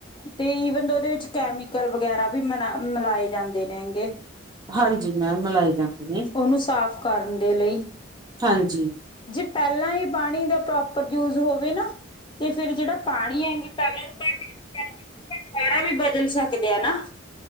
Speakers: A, on the left; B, on the right.
A: ਤੇ ਈਵਨ ਓਦੇ ਵਿੱਚ ਕੈਮੀਕਲ ਵਗੈਰਾ ਵੀ ਮਲਾ ਮਲਾਏ ਜਾਂਦੇ ਨੇ ਗੇ।
B: ਹਾਂਜੀ ਮੈਮ ਮਲਾਏ ਜਾਂਦੇ ਨੇ,
A: ਉਹਨੂੰ ਸਾਫ਼ ਕਰਨ ਦੇ ਲਈ
B: ਹਾਂਜੀ।
A: ਜੇ ਪੈਲਾਂ ਆਲੇ ਪਾਨੀ ਦਾ ਪ੍ਰੋਪਰ ਯੂਜ ਹੋਵੇ ਨਾ ਤੇ ਫੇਰ ਜੇੜਾ ਪਾਨੀ ਐਂ ਗੀ ਪੈਲੇ ਤੋਂ ਘੱਟ ਕੇ ਕਰਕੇ ਏ ਆਪਾਂ ਦੁਬਾਰਾ ਵੀ ਬਦਲ ਸਕਦੇ ਆਂ ਨਾ।